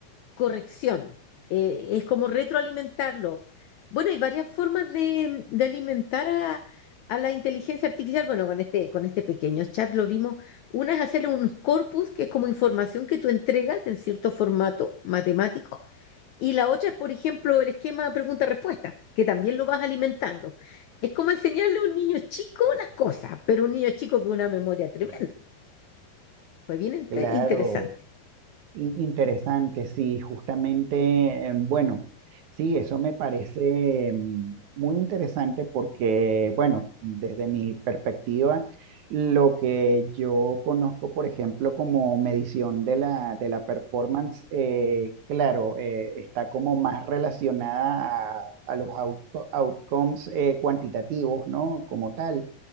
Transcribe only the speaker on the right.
Claro.
Claro,
In- Interesante, sí, justamente, eh, bueno, sí, eso me parece mm, muy interesante porque, bueno, desde mi perspectiva, lo que yo conozco, por ejemplo, como medición de la, de la performance, eh, claro, eh, está como más relacionada a, a los out- outcomes eh, cuantitativos, ¿no? Como tal